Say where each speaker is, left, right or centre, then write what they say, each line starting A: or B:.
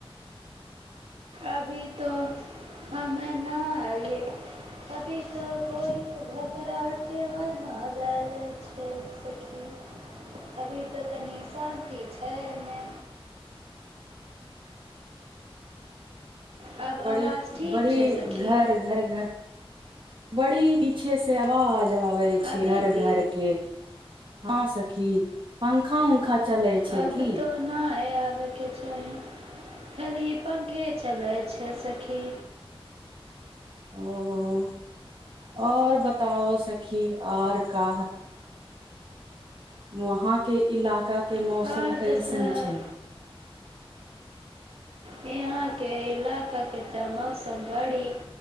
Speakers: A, on the right (about 80°); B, on the right (about 55°).
A: अभी तऽ हमे न आइए अभी तऽ कोई घड़घड़ाहटके अवाज नहि जाइ छै सखी अभी तऽ तनिस शान्ति छै एने आब
B: बड़ी
A: आवाज ठीक
B: बड़ी
A: छै सखी
B: घर घर घर बड़ी पीछे से अवाज जाबै छै
A: अभी
B: घर घर
A: भी
B: के हँ सखी पंखा उंखा चलै छै
A: आब
B: की
A: तऽ नहि आबयके चाही खाली पंखे चलै छै सखी
B: ओ और बताबऽ सखी आर का वहाँ के इलाका के मौसम
A: आओर
B: सम कइसन
A: तऽ सब
B: छै
A: यहाॅं के इलाका के तऽ मौसम बड़ी